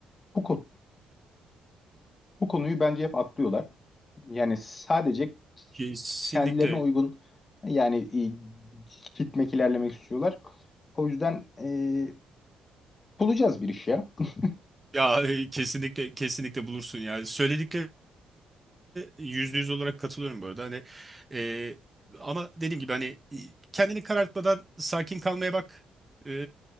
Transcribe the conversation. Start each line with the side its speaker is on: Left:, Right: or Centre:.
Left: bu ko- bu konuyu bence hep atlıyorlar. Yani sadece
Right: Kesinlikle
Left: kendilerine uygun yani e, gitmek ilerlemek istiyorlar. O yüzden e, bulacağız bir iş ya. <laughs>
Right: ya e, kesinlikle kesinlikle bulursun yani söylediklerinde yüzde yüz olarak katılıyorum bu arada hani e, ama dediğim gibi hani e, kendini karartmadan sakin kalmaya bak E,